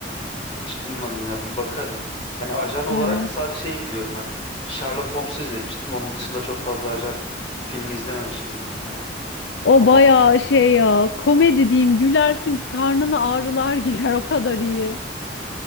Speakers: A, on the left; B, on the left.
A: Hiç duymadım ya bir bakarım. Yani ajan olarak
B: Evet.
A: sadece şeyi biliyorum ben. Sherlock Holmes'u izlemiştim. Onun dışında çok fazla ajan filmi izlememişimdir muhtemelen.
B: O
A: Ama
B: bayağı şey ya komedi diyeyim gülersin karnına ağrılar <laughs> girer o kadar iyi.